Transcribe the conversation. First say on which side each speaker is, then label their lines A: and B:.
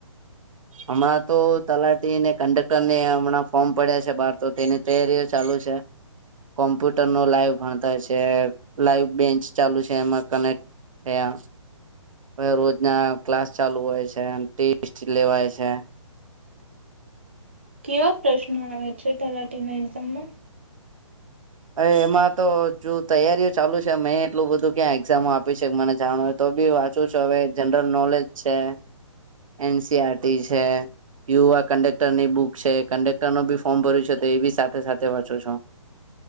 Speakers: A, on the right; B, on the right.
A: હમણાં તો તલાટીને કંડક્ટર ને હમણાં ફોર્મ પડ્યા છે બહાર તો તેની તૈયારીઓ ચાલુ છે. ચ <unintelligible> કોમ્પ્યુટર નો લાઈવ ભણતા છે લાઈવ બેચ ચાલુ છે એમાં કનેક્ટ તેયા <inaudible> હવે રોજના ક્લાસ ચાલુ હોય છે. ટેસ્ટ લેવાય છે.
B: કેવા પ્રશ્નો આવે છે તલાટી ના એક્ઝામમાં?
A: હવે એમાં તો જો તૈયારીઓ ચાલુ છે મેં એટલું બધું ક્યાં એક્ઝામો આપી છે મને જાણ તો બી વાંચું છું હવે જનરલ નોલેજ છે, એનસીઆરટી છે. યુવા કન્ડેક્ટર ની બુક છે કન્ડેક્ટર ન બી ફોર્મ ભર્યું છે તો એ બી સાથે સાથે વાંચો છો?